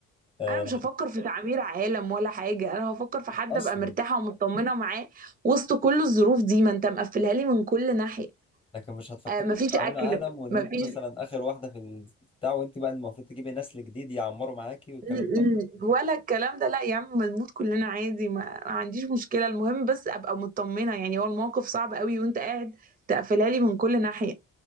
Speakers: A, on the left; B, on the right.
A: آه
B: انا مش هفكر في تعمير عالم ولا حاجه انا هفكر في حد
A: اصلا
B: ابقى مرتاحه ومطمنه معاه وسط كل الظروف دي ما انت مقفلها لي من كل ناحيه
A: لكن مش هتفكري
B: آه، مفيش
A: بس
B: اكل
A: عن العالم وان
B: مفيش
A: انت مثلا اخر واحده في البتاع وانت بقى المفروض تجيبي نسل جديد يعمروا معاكي والكلام
B: م-
A: ده
B: م- ولا الكلام ده لا يا عم ما نموت كلنا عادي ما ما عنديش مشكله المهم بس ابقى مطمنه يعني هو الموقف صعب قوي وانت قاعد تقفلها لي من كل ناحيه